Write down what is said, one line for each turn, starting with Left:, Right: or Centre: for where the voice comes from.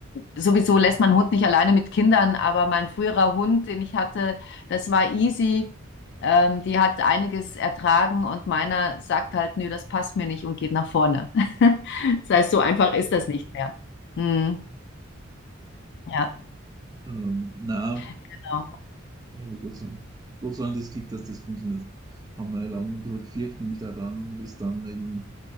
Left: sowieso lässt man einen Hund nicht alleine mit Kindern, aber mein früherer Hund, den ich hatte, das war easy. Ähm, die hat einiges ertragen und meiner sagt halt, nö, das passt mir nicht und geht nach vorne. <laughs> Das heißt, so einfach ist das nicht mehr. Mhm. Ja,
Right: ähm, na,
Left: genau.
Right: Und Gott sei Dank, Gott sei Dank das Glück, dass das funktioniert. Haben wir lange ein bisschen gefürchtet, nämlich auch dann, wie es dann eben